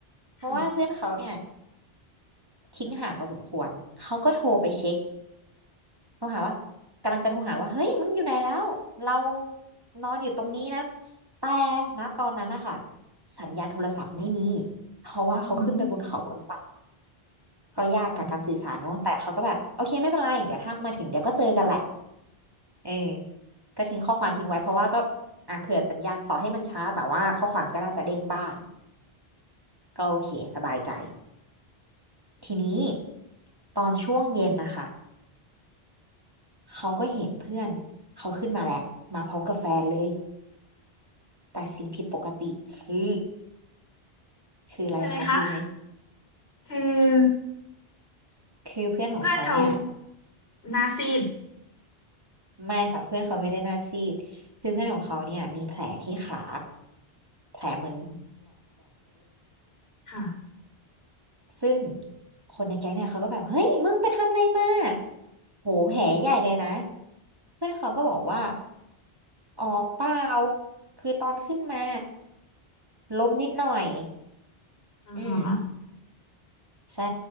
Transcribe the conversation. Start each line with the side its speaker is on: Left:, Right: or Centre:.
Right: เพราะว่าเพื่อนเขาเนี่ย
Left: ค่ะ
Right: ทิ้งห่างพอสมควรเขาก็โทรไปเช็คโทรหาว่ากำลังจะโทรหาว่าเฮ้ยมึงอยู่ไหนแล้วเรานอนอยู่ตรงนี้นะแต่ณตอนนั้นนะคะสัญญาณโทรศัพท์ไม่มีเพราะว่าเขาขึ้นไปบนเขาบนป่า
Left: อือหือ
Right: ก็ยากกับการสื่อสารเนอะแต่เขาก็แบบโอเคไม่เป็นไรเดี๋ยวถ้ามาถึงเดี๋ยวก็เจอกันแหละ
Left: ืม
Right: เออก็ทิ้งข้อความทิ้งไว้เพราะว่าก็อ่ะเผื่อสัญญาณต่อให้มันช้าแต่ว่าข้อความก็น่าจะเด้งบ้างก็โอเคสบายใจทีนี้ตอนช่วงเย็นนะคะเขาก็เห็นเพื่อนเขาขึ้นมาแหละมาพร้อมกับแฟนเลยแต่สิ่งผิดปกติคือคืออะไรคะรู้ไหม
Left: เป็นอะไรคะคือ
Right: <laughs> คือเพื่อนของเขาเนี่ย
Left: เพื่อนเขาหน้าซีด
Right: ไม่ค่ะเพื่อนเขาไม่ได้หน้าซีดคือเพื่อนของเขาเนี่ยมีแผลที่ขาแผล
Left: อืมค่ะ
Right: ซึ่งคนในแก๊งเนี่ยเขาก็แบบเฮ้ยมึงไปทำอะไรมาโหแผลใหญ่เลยนะ เพื่อนเขาก็บอกว่าอ๋อเปล่าคือตอนขึ้นมาล้มนิดหน่อย
Left: อ่าฮะ
Right: อืมใช่